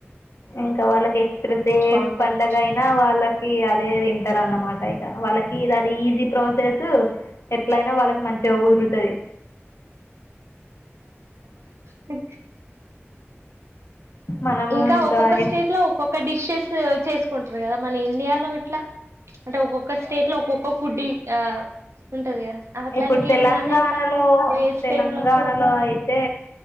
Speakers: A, on the left; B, on the right.
A: ఇంక వాళ్ళకి ఎక్స్ప్రెస్ ఏ
B: బాగుంటది
A: పండగ ఐనా వాళ్ళ కి అదే తింటర్ అన్నమాట ఇగ వాళ్ళకి ఇగ అది ఈజీ ప్రాసెసు ట్లైనా వాళ్ళక్ మంచిగ కుద్రుతది.
B: హి
A: మనము
B: ఇంకా ఒక్కొక్క స్టేట్
A: ఎ-
B: లో ఒక్కొక్క డిష్షెస్ చేస్కుంటర్ కదా మన ఇండియాలో ఇట్ల అంటె ఒక్కొక్క స్టేట్ లో ఒక్కొక్క ఫుడ్డి ఆ ఉంటది కదా అట్లానికి
A: ఇప్పుడ్ తెలంగాణలో
B: ఏమన్నా తెలుసా ఏ స్టేట్
A: తెలంగాణలొ
B: లో
A: ఐతే